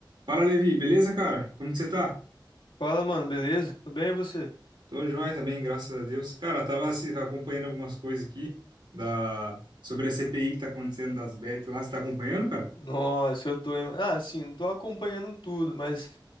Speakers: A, on the right (about 70°); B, on the left (about 75°).
A: Fala, Levi, beleza, cara? Como que você tá?
B: Fala, mano, beleza? Tudo bem e você?
A: Tô joia também, graças a Deus. Cara, tava assi- acompanhando algumas coisas aqui da... sobre a CPI que tá acontecendo das Bet lá. Você tá acompanhando, cara?
B: Nossa, eu tô. em- Ah, assim, não tô acompanhando tudo, mas